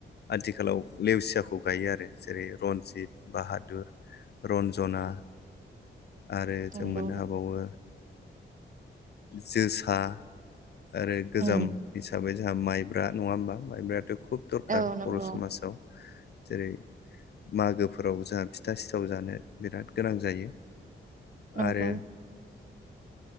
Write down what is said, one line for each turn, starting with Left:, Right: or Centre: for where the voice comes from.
Left: आथिखालाव लेवसियाखौ गायो आरो जेरै रनजित बाहादुर। रन्जना आरो
Right: नंगौ
Left: जों मोननो हाबावो जोसा आरो गोजाम
Right: उम
Left: हिसाबै जोंहा माइब्रा नङा होमबा माइब्रायाथ'। खुब दरखार
Right: औ नंगौ
Left: बर' समाजाव जेरै मागोफोराव जोंहा फिथा सिथाव जानो बिराद गोनां जायो।
Right: नंगौ
Left: आरो।